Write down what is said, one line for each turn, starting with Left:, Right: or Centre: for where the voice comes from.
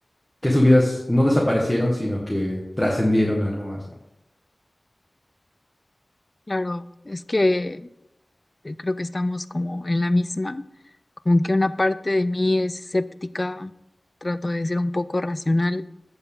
Centre: que sus vidas no desaparecieron, sino que trascendieron algo más, ¿no?
Left: Claro, es que eh, creo que estamos como en la misma, como que una parte de mí es escéptica, trato de ser un poco racional